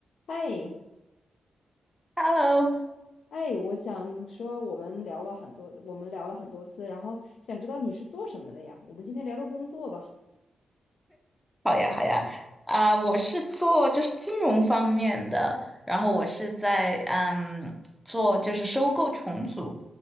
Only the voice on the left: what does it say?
哎
哎，我想说，我们聊了很多，我们聊了很多次，然后想知道你是做什么的呀？我们今天聊聊工作吧。